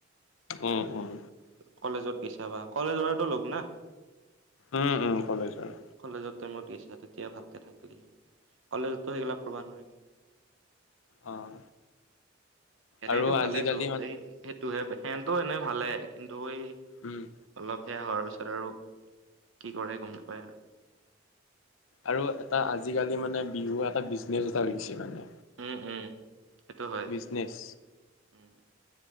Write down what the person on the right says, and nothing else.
কলেজত গৈছা বা কলেজত টো লগ না
কলেজৰ টাইমত গৈছা তেতিয়া ভালকে থাকিলি কলেজতো সেইবিলাক কৰিবা নোৱাৰি
এনেইতো
ভালে
চব এই টো সেনতো এনে ভালে কিন্তু এই
অলপ সেয়া হোৱাৰ পিছত আৰু কি কৰে গম নাপায়
উম উম সেইটো হয়
উম